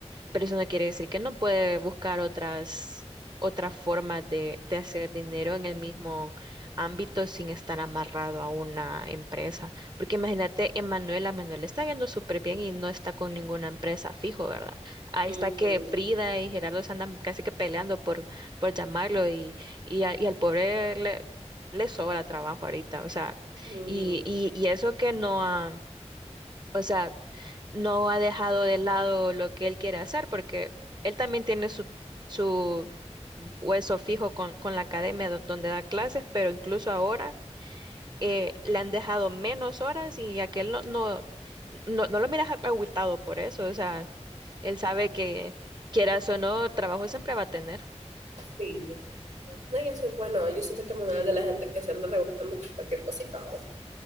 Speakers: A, on the right; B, on the right.
A: pero eso no quiere decir que no puede buscar otras, otras formas de, de hacer dinero en el mismo ámbito sin estar amarrado a una empresa. Porque imagínate, Emanuela, Manuela está yendo súper bien y no está con ninguna empresa fijo, ¿verdad? Ahí
B: Ujú,
A: está que Frida y Gerardo se andan casi que peleando por, por llamarlo y, y, a- y al pobre le, le sobra trabajo ahorita, o sea,
B: ujú.
A: y, y, y eso que no ha o sea, no ha dejado de lado lo que él quiere hacer porque él también tiene su, su hueso fijo con, con la academia do- donde da clases, pero incluso ahora eh, le han dejado menos horas y aquel no, no, no, no lo miras a- agüitado por eso, o sea, él sabe que quieras o no, trabajo siempre va a tener.
B: Sí. No, yo soy bueno, yo siento que Manuel de la gente que se anda rebuscando con cualquier cosita. ¿o?